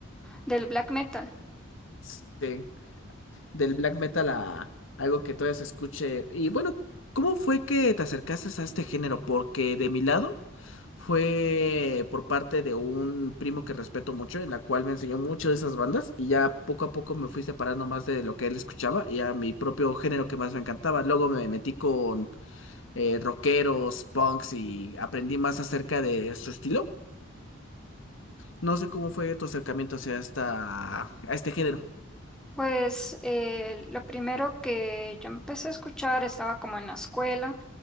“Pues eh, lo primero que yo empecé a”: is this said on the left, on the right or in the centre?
Centre